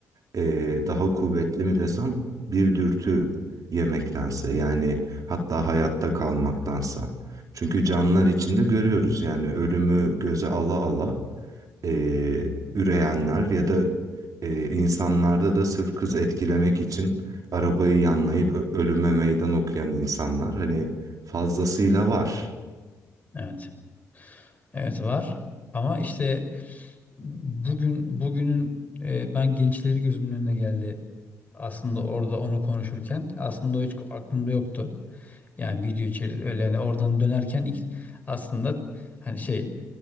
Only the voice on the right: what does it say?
e, daha kuvvetli mi desem bir dürtü yemektense yani hatta hayatta kalmaktansa. Çünkü canlılar içinde görüyoruz yani ölümü göze ala ala e, üreyenler ya da e, insanlarda da sırf kız etkilemek için arabayı yanlayıp ö- ölüme meydan okuyan insanlar hani fazlasıyla var.